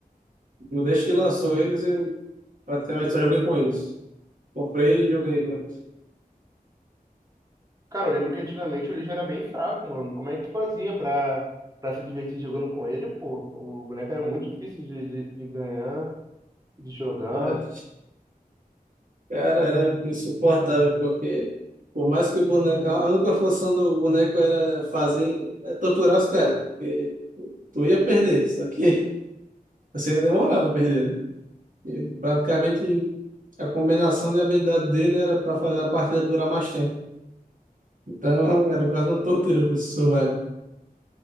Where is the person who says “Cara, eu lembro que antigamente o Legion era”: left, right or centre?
Right